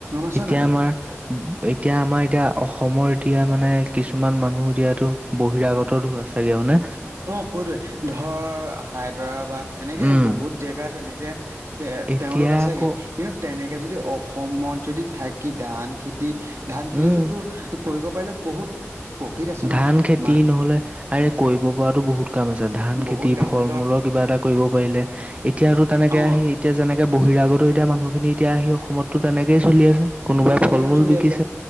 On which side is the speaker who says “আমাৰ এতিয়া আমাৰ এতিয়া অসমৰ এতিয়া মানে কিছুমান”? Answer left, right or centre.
Right